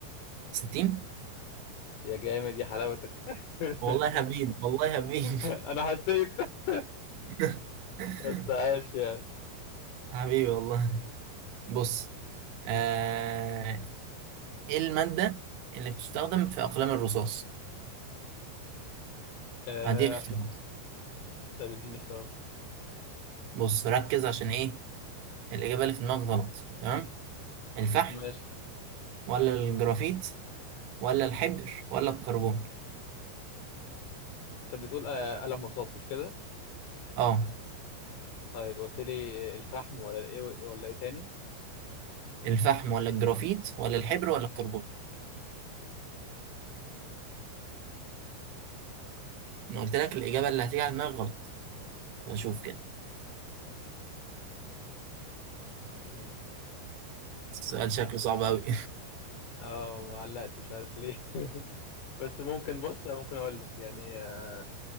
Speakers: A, on the right (about 70°); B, on the left (about 85°).
A: 60
B: يا جامد يا حلاوتك <laughs>
A: والله هبين والله هبين
B: انا حسيت <laughs>
A: <laughs>
B: بس عاش يعني
A: حبيبي والله بص آه، ايه المادة اللي بتستخدم في أقلام الرصاص؟
B: آه
A: هديك اختيارات
B: عشان ده بيديني اختيارات
A: بص ركز عشان ايه الإجابة اللي في دماغك غلط تمام الفحم
B: ماشي
A: ولا الجرافيت ولا الحبر ولا الكربون
B: انت بتقول آه، قلم رصاص مش كده
A: اه
B: طيب قلت لي الفحم ولا ايه ولا ايه تاني
A: الفحم ولا الجرافيت ولا الحبر ولا الكربون انا قلت لك الإجابة اللي هتيجي على دماغك غلط فشوف كده
B: <laughs>
A: السؤال شكله صعب قوي
B: اه ما علقت مش عارف ليه <laughs> بس ممكن بص ممكن اقول لك يعني آه،